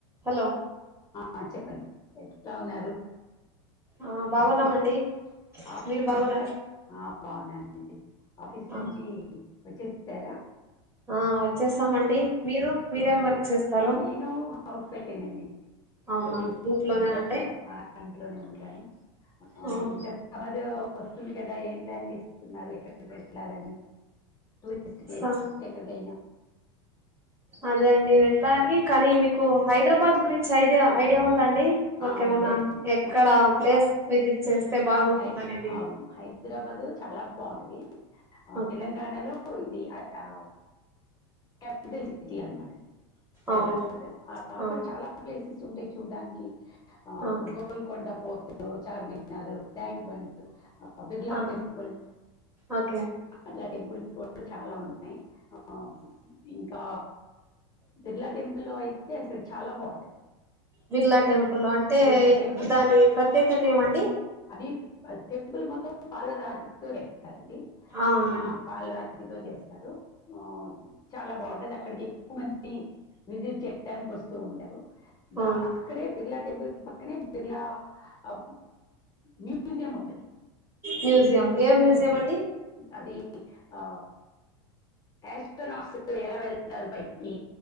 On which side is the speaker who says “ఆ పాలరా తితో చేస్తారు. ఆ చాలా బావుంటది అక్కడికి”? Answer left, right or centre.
Left